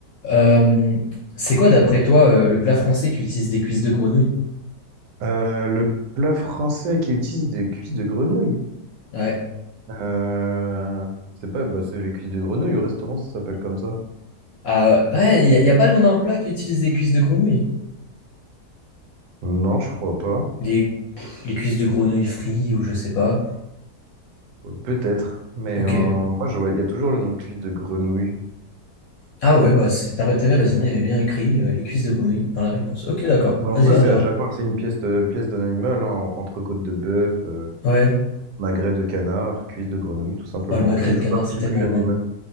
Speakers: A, on the left; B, on the right.
A: Euh, c'est quoi, d'après toi, euh, le plat français qui utilise des cuisses de grenouille?
B: Euh, le plat français qui utilise des cuisses de grenouille.
A: Ouais.
B: Euh, c'est pas, bah, c'est les cuisses de grenouille au restaurant, ça s'appelle comme ça.
A: Ah ouais, il n'y a, pas le nom d'un plat qui utilise des cuisses de grenouille.
B: Non, je crois pas.
A: Les, pff, les cuisses de grenouille frites ou je sais pas.
B: Peut-être, mais
A: Ok.
B: euh, moi, je vois, il y a toujours le nom de cuisse de grenouille.
A: Ah ouais, bah c'est- t'as- t'avais raison, il y avait bien écrit euh, les cuisses de grenouille dans la réponse. Ok, d'accord.
B: Mais en
A: Vas-y,
B: soi,
A: à
B: c'est
A: toi.
B: à chaque fois que c'est une pièce, de- pièce d'un animal, hein, entrecôte de bœuf, euh,
A: Ouais.
B: magret de canard, cuisse de grenouille, tout simplement.
A: Oh, le magret
B: On dit
A: de
B: la
A: canard,
B: partie
A: c'est tellement
B: plus l'animal.
A: bon.